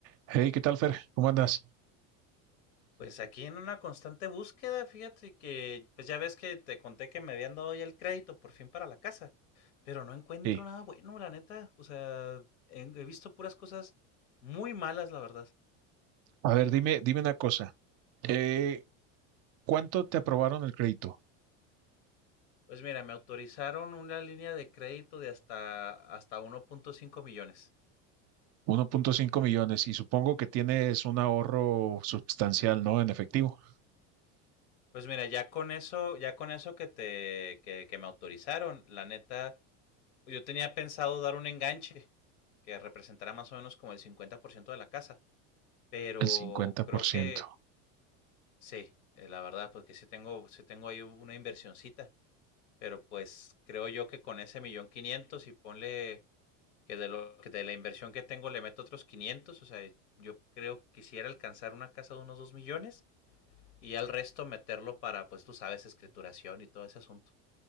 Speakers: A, on the right (about 45°); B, on the left (about 85°).
A: Hey, ¿qué tal, Fer? ¿Cómo andas?
B: Pues aquí en una constante búsqueda, fíjate que, pues ya ves que te conté que me habían dado ya el crédito por fin para la casa, pero no encuentro
A: Sí.
B: nada bueno, la neta. O sea, he, he visto puras cosas muy malas, la verdad.
A: A ver, dime, dime una cosa. Eh, ¿cuánto te aprobaron el crédito?
B: Pues mira, me autorizaron una línea de crédito de hasta, hasta uno punto cinco millones.
A: 1.5 millones y supongo que tienes un ahorro sustancial, ¿no? En efectivo,
B: Pues mira, ya con eso, ya con eso que te, que, que me autorizaron, la neta, yo tenía pensado dar un enganche que representará más o menos como el 50% de la casa, pero
A: el 50%.
B: creo que Sí, eh, la verdad, porque sí tengo, sí tengo ahí una inversioncita, pero pues creo yo que con ese millón quinientos y ponle que de lo que de la inversión que tengo le meto otros 500, o sea, yo creo que quisiera alcanzar una casa de unos 2 millones y al resto meterlo para, pues tú sabes, escrituración y todo ese asunto.